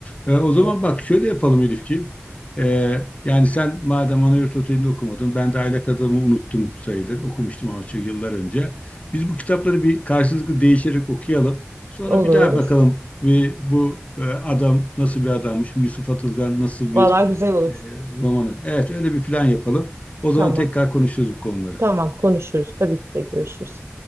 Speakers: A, on the left; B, on the right.
A: Ee, o zaman
B: Evet.
A: bak şöyle yapalım Elifciğim. Ee, yani sen madem Anayurt Oteli'nde okumadın, ben de Aylak Adam'ı unuttum sayılır. Okumuştum ama çok yıllar önce. Biz bu kitapları bir karşılıklı değişerek okuyalım. Sonra
B: Olur.
A: bir daha bakalım ve bu e, adam nasıl bir adammış, bu Yusuf Atılgan nasıl
B: Vallahi
A: bir
B: güzel olur.
A: e, romanı. Evet, öyle bir plan yapalım. O
B: Tamam.
A: zaman tekrar konuşuruz bu konuları.
B: Tamam konuşuruz. Tabii ki de görüşürüz.